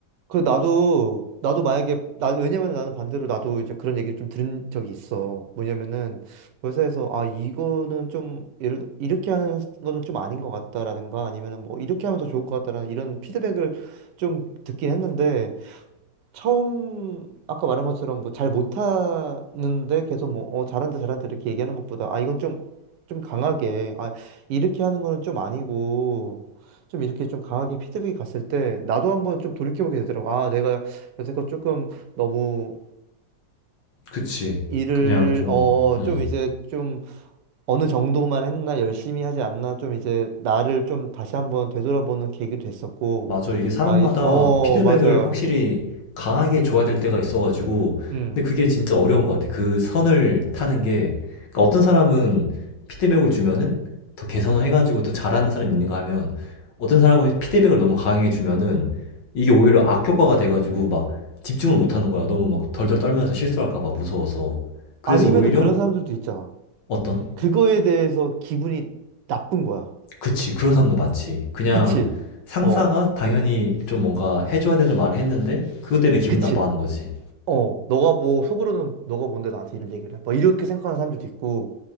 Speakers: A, on the right; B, on the left.
A: 그 나도 나도 만약에 나 왜냐면 나는 반대로 나도 이제 그런 얘기를 좀 들은 적이 있어. 뭐냐면은 회사에서 아 이거는 좀 예를 들어 이렇게 하는 거는 좀 아닌 것 같다라든가 아니면은 뭐 이렇게 하면 더 좋을 것 같다라는 이런 피드백을 좀 듣긴 했는데 처음 아까 말한 것처럼 뭐 잘 못하는데 계속 뭐 어, 잘한다 잘한다 이렇게 얘기하는 것보다 아 이건 좀 좀 강하게 아 이렇게 하는 거는 좀 아니고 좀 이렇게 좀 강하게 피드백이 갔을 때 나도 한번 좀 돌이켜보게 되더라고 아 내가 여태껏 조금 너무
B: 그치.
A: 일을
B: 그냥 좀,
A: 어
B: 음.
A: 좀 이제 좀 어느 정도만 했나 열심히 하지 않나 좀 이제 나를 좀 다시 한번 되돌아보는 계기도 됐었고
B: 맞아. 이게 사람마다
A: 아 어
B: 피드백을
A: 맞아
B: 확실히 강하게 줘야 될 때가 있어가지고.
A: 음
B: 근데 그게 진짜 어려운 것 같아. 그 선을 타는 게. 그러니까 어떤 사람은 피드백을 주면은 더 개선을 해가지고 더 잘하는 사람이 있는가 하면 어떤 사람은 피드백을 너무 강하게 주면은 이게 오히려 악효과가 돼가지고 막 집중을 못 하는 거야. 너무 막 덜덜 떨면서 실수할까 봐 무서워서. 그래서
A: 아니면은
B: 오히려
A: 그런 사람들도 있잖아
B: 어떤
A: 그거에 대해서 기분이 나쁜 거야.
B: 그치, 그런 사람도 많지. 그냥
A: 그치?
B: 상사가
A: 어,
B: 당연히 좀 뭔가 해줘야 되는 말을 했는데, 그것 때문에 기분
A: 그치?
B: 나빠하는 거지.
A: 어, 너가 뭐, 속으로는 너가 뭔데 나한테 이런 얘기를 해? 막 이렇게 생각하는 사람들도 있고,